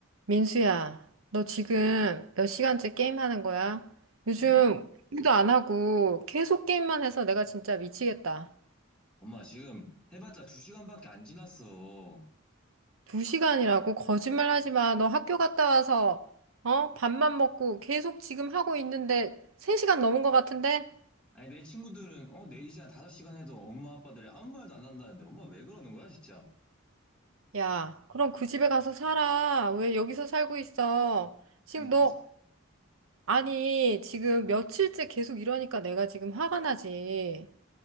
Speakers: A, on the right (about 80°); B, in the centre.
A: 민수야, 너 지금 몇 시간째 게임하는 거야? 요즘
B: 아니, 엄마,
A: 일도 안 하고 계속 게임만 해서 내가 진짜 미치겠다.
B: 엄마 지금 해봤자 두 시간밖에 안 지났어.
A: 두 시간이라고? 거짓말 하지 마. 너 학교 갔다 와서, 어? 밥만 먹고 계속 지금 하고 있는데 세 시간 넘은 것 같은데?
B: 아니 내 친구들은 어, 4시간, 5시간 해도 엄마 아빠들이 아무 말도 안 한다는데 엄마 왜 그러는 거야 진짜?
A: 야, 그럼 그 집에 가서 살아. 왜 여기서 살고 있어? 지금
B: 아니 그
A: 너,
B: 지-
A: 아니, 지금 며칠째 계속 이러니까 내가 지금 화가 나지.